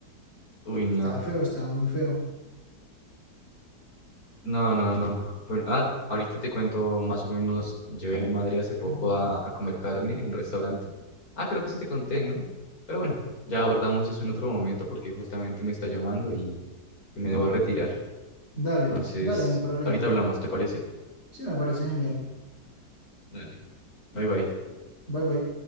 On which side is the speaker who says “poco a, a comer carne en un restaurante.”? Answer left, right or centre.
Left